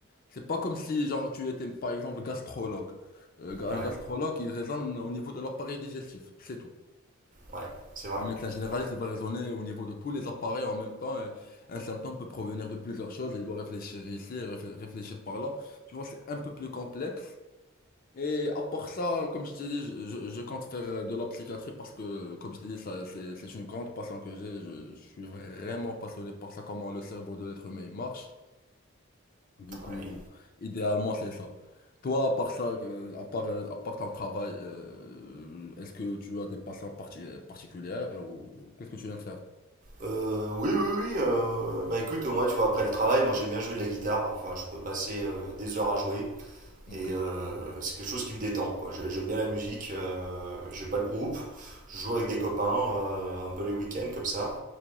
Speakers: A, on the left (about 40°); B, on the right (about 40°).
A: C'est pas comme si, genre, tu étais, par exemple, gastrologue. Euh, un
B: Ouais,
A: gastrologue, il raisonne au niveau de l'appareil digestif, c'est tout.
B: ouais, c'est vrai.
A: Un médecin généraliste,
B: Ouais,
A: il va raisonner au niveau de tous les appareils en même temps. et un symptôme peut provenir de plusieurs choses et il doit réfléchir ici, et réfl- réfléchir par là. Tu vois, c'est un peu plus complexe. Et à part ça, comme je t'ai dit, je, je- je compte faire euh, de la psychiatrie parce que, comme je t'ai dit, ça, c'est, c'est une grande passion que j'ai. Je, je suis vraiment passionné par ça, comment le cerveau de l'être humain il marche. Du coup,
B: ouais.
A: idéalement, c'est ça. Toi, à part ça, euh, à part, euh, à part ton travail, euh, est-ce que tu as des passions parti- particulières ou qu'est-ce que tu aimes faire?
B: Euh, oui, oui, oui. euh, bah écoute, moi, tu vois, après le travail, moi j'aime bien jouer de la guitare. Enfin, je peux passer euh, des heures à jouer.
A: Ok,
B: Et euh, c'est quelque chose qui me détend, quoi. J'ai- J'aime bien la musique. euh, j'ai pas de groupe. Je joue avec des copains, euh, un peu les week-ends comme ça.